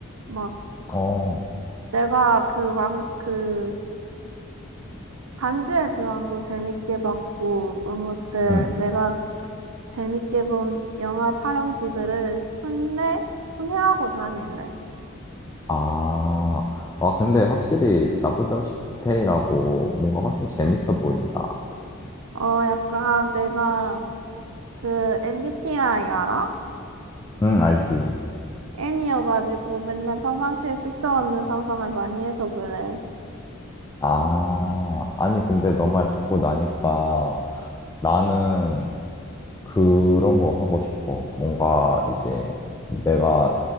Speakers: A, on the right; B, on the left.
A: 막,
B: 어,
A: 내가 그 왕, 그, 반지의 제왕도 재밌게 봤고, 아무튼
B: 응.
A: 내가 재밌게 본 영화 촬영지들을 순례? 순회하고 다닐래.
B: 아, 아, 근데 확실히 나보다 훨씬 디테일하고 뭔가 훨씬 재밌어 보인다.
A: 어, 약간 내가 그 MBTI 알아?
B: 응, 알지.
A: N이어가지고 맨날 평상시에 쓸데없는 상상을 많이 해서 그래.
B: 아, 아니, 근데 너 말 듣고 나니까 나는 그런 거 하고 싶어. 뭔가 이제 내가